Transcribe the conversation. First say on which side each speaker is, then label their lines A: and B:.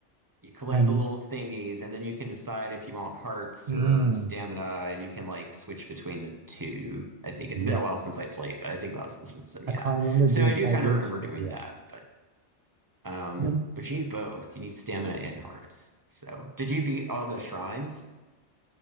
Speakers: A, on the right (about 20°); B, on the right (about 70°).
A: you collect
B: And
A: the little thingies, and then you can decide if you want hearts
B: mm,
A: or stamina, and you can like switch between the two. I think it's
B: yeah,
A: been a while since I played, but I think that was the system.
B: I
A: Yeah.
B: can't remember the
A: So I
B: entire
A: do kind
B: glitch,
A: of remember doing
B: but yeah.
A: that, but um,
B: Then
A: but you need both. You need stamina and hearts. So did you beat all the shrines?